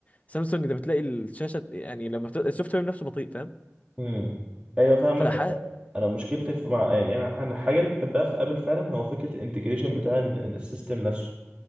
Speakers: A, on the left; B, on the right.
A: سامسونج ده بتلاقي الشاشه يعني لما بت... السوفت وير نفسه بطيء فاهم
B: امم ايوه فاهمك
A: فح
B: انا مشكلتي في مع يعني انا انا الحاجه اللي بحبها في ابل فعلا هو فكره الانتجريشن بتاع ال- السيستم نفسه